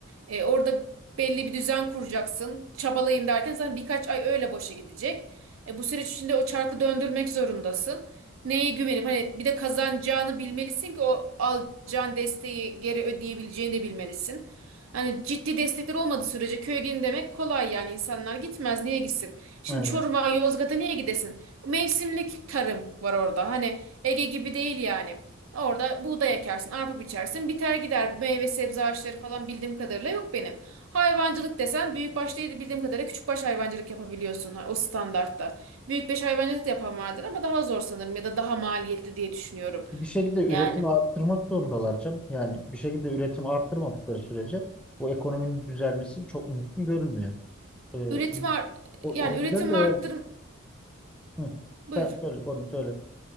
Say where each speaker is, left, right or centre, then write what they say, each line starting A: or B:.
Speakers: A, on the right; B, in the centre.
A: E, orada belli bir düzen kuracaksın. Çabalayayım derken zaten birkaç ay öyle boşa gidecek. E, bu süreç içinde o çarkı döndürmek zorundasın neye güvenip hani bir de kazanacağını bilmelisin ki o alacağın desteği geri ödeyebileceğini de bilmelisin. Hani ciddi destekler olmadığı sürece köye gidin demek kolay yani insanlar gitmez niye gitsin? Şimdi
B: Aynen.
A: Çorum'a Yozgat'a niye gidesin? Mevsimlik tarım var orada hani Ege gibi değil yani. Orada buğday ekersin, arpa biçersin, biter gider. Meyve sebze ağaçları falan bildiğim kadarıyla yok benim. Hayvancılık desen büyükbaş değil de bildiğim kadarıyla küçükbaş hayvancılık yapabiliyorsun ha, o standartta. Büyük beş hayvancılık da yapan vardır ama daha zor sanırım ya da daha maliyetli diye düşünüyorum.
B: Bir şekilde üretimi
A: Yani
B: arttırmak zorundalar canım. Yani bir şekilde üretimi arttırmadıkları sürece bu ekonominin düzelmesi çok mümkün görülmüyor. E,
A: üretim ar-
B: o,
A: yani
B: o yüzden
A: üretim
B: de yani
A: arttır
B: Hı,
A: buyur.
B: sen söyle, konu söyle.